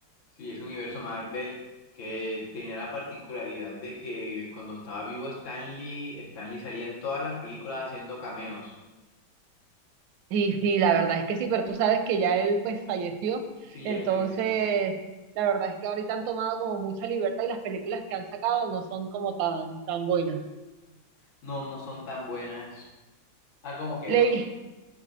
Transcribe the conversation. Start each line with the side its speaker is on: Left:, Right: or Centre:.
Left: Sí, ese universo Marvel que tenía la particularidad de que cuando estaba vivo Stan Lee, Stan Lee salía en todas las películas haciendo cameos.
Right: Sí, sí, la verdad es que sí, pero tú sabes que ya él pues falleció,
Left: Sí,
Right: entonces
Left: ya él falleció.
Right: la verdad es que ahorita han tomado como mucha libertad y las películas que han sacado no son como tan, tan buenas.
Left: No, no son tan buenas. Ah, como que
Right: Le-
Left: no. sé.